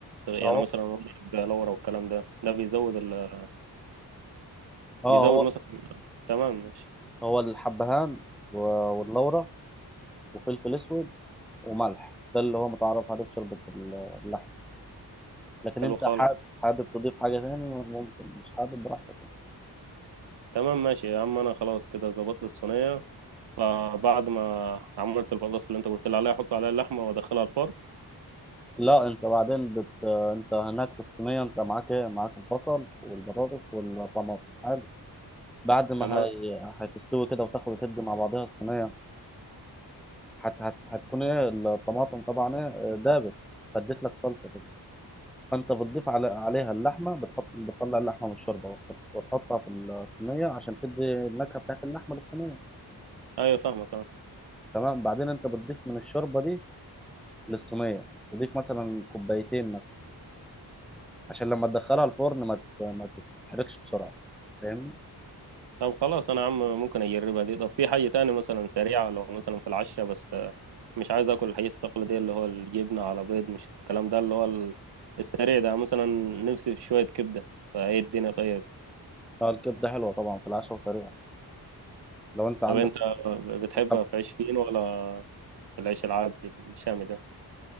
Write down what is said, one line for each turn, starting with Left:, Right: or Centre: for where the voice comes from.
Right: يعني
Centre: فهو
Right: مثلا ورق لورا والكلام ده ده بيزود ال...
Centre: اه
Right: بيزود
Centre: هو
Right: مثلا تمام ماشي
Centre: هو الحبهان و- واللورا وفلفل اسود وملح ده اللي هو متعرف عليه في شوربه اللحمه لكن
Right: حلو
Centre: انت
Right: خالص
Centre: حابب حابب تضيف حاجة تاني ممكن مش حابب براحتك يعني.
Right: تمام ماشي يا عم انا خلاص كده ظبطت الصينيه فبعد ما عملت البطاطس اللي انت قلت لي عليها احط عليها اللحمه وادخلها الفرن
Centre: لا انت بعدين بت... انت هناك في الصينية انت معاك ايه معاك البصل والبطاطس والطماطم حلو بعد ما
Right: تمام
Centre: هي... هتستوي كده وتاخد وتدي مع بعضها الصينية هت... هت... هتكون ايه الطماطم طبعا ايه دابت فاديت لك صلصة كده فانت بتضيف على... عليها اللحمة بتحط بتطلع اللحمة من الشوربة وتحط... وتحطها في الصينية عشان تدي النكهة بتاعت اللحمة للصينية
Right: ايوه فاهمك آه.
Centre: تمام بعدين انت بتضيف من الشوربة دي للصينيه تضيف مثلا كوبايتين مثلا عشان لما تدخلها الفرن ما ت- ما تتحرقش بسرعه فاهمني
Right: طب خلاص انا عم ممكن اجربها دي طب في حاجة تاني مثلا سريعة لو مثلا في العشاء بس آه، مش عايز اكل الحاجات التقليدية اللي هو الجبنة على بيض مش الكلام ده اللي هو ال- السريع ده مثلا نفسي في شوية كبدة فايه الدنيا طيب
Centre: فالكبده حلوه طبعا في العشاء وسريعه لو انت عندك
Right: طب انت بتحبها
Centre: انت
Right: في عيش فين ولا في العيش العادي الشامي ده